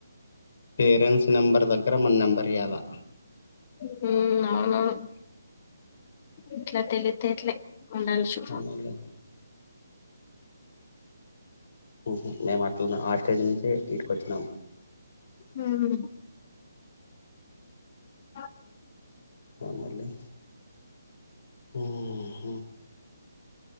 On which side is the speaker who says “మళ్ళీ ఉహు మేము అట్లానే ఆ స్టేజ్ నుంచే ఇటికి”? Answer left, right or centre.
Left